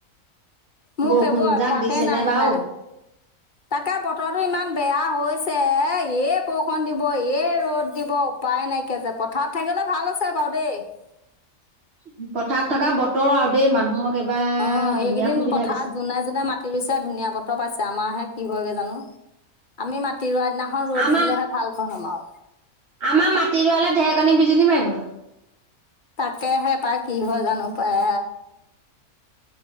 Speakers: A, on the left (about 40°); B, on the right (about 45°).
A: মোৰ
B: বৰষুণ
A: সেইবোৰ অভ্যাসেই
B: যাক দিছেনে
A: নাই,
B: বাৰু
A: মানে, তাকে বতৰটো ইমান বেয়া হৈ এই বৰষুণ দিব, এই ৰ'দ দিব, উপায় নাইকিয়া যে পথাৰত থাকিলে ভাল হৈছে বাৰ <unintelligible>
B: পথাৰত থকা বতৰ আৰু দেই মানুহক এবাৰ
A: অ',
B: ধুনীয়া
A: এইকেইদিন
B: সুবিধা
A: পথাৰত
B: দিছে
A: যোনে যোনে মাতি ৰুইছে, ধুনীয়া বতৰ পাইছে, আমাৰাহে কি হয়গৈ জানো? আমি মাটি ৰোৱা দিনাখন ৰ'দ
B: আমাৰ
A: দিলেহে ভাল পাম আৰু।
B: আমাৰ মাটি ৰোৱালৈ ঢেৰেকণী বিজুলী মাৰিব।
A: তাকেহে পাই, কি হয় জানো পাই?